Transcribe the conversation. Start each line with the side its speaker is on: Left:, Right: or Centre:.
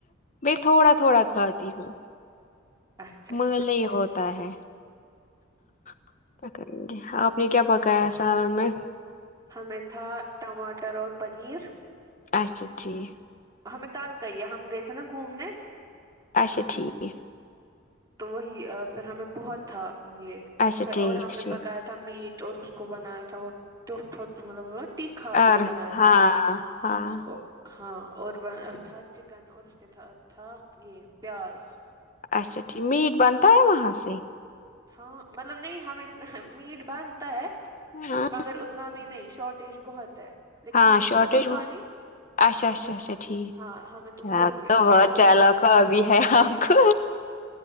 Left: میں تھوڑا تھوڑا کھاتی ہو
Right: اچھا
Left: <unintelligible>
Right: اچھا
Left: ہوتا ہے کیا کریں گے آپ نے کیا پکایا ہے سالن میں
Right: ہمیں تھا ٹماٹر اور پنیر
Left: اچھا ٹھیک
Right: ہمیں کال کہیے ہم گئے تھے نا گھومنے
Left: اچھا ٹھیک ہے
Right: تو وہی پھر ہمیں بہت تھا یہ
Left: اچھا
Right: پھر
Left: ٹھیک
Right: اور ہم نے
Left: ٹھیک
Right: پکایا تمیٹ اور اس کو بنایا تھا وہ ٹیوٹ ٹٹ مطلب تیکھا
Left: اور
Right: یہ بنایا
Left: ہاں
Right: تھا
Left: ہاں
Right: اس کو ہاں اور ب تھا چکن اور اس کے تھا یہ پیاز
Left: اچھا ٹھیک میٹ بنتا ہے وہاں سے
Right: ہاں مطلب نہیں ہمیں میٹ بنتا ہے
Left: ہاں
Right: مگر ابھی نہیں شارٹیج بہت ہے لیکن
Left: ہاں
Right: ہمیں تھا
Left: شارٹیج
Right: نا قربانی
Left: وہ- اچھا اچھا اچھا ٹھیک
Right: ہاں ہمیں وہی
Left: آپ
Right: ہے
Left: تو بہت
Right: ہمیں وہی
Left: چالک
Right: ہے
Left: ہو ابھی ہے آپکو